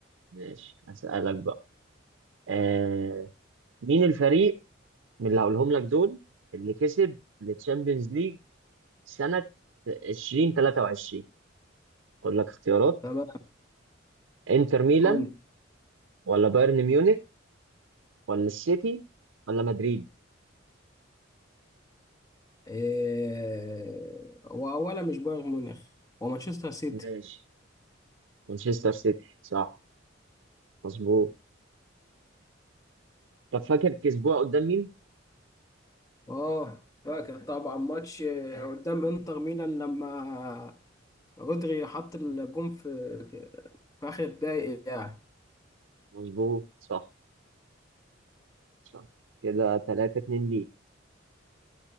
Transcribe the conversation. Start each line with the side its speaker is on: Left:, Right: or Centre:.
Right: ماشي هسألك بقى آه مين الفريق من اللي هقولهم لك دول اللي كسب التشامبيونز ليج سنة 2023 أقول لك اختيارات
Left: تمام
Right: انتر ميلان
Left: قول
Right: ولا بايرن ميونخ ولا السيتي ولا مدريد
Left: إيه... هو ولا مش بايرن ميونخ هو مانشستر سيتي
Right: ماشي مانشستر سيتي صح مظبوط طب فاكر كسبوها قدام مين؟
Left: اه فاكر طبعا ماتش آه، قدام انتر ميلان لما رودري حط الجون في في, في آخر الدقايق يعني
Right: مظبوط صح صح كده تلاتة اتنين ليك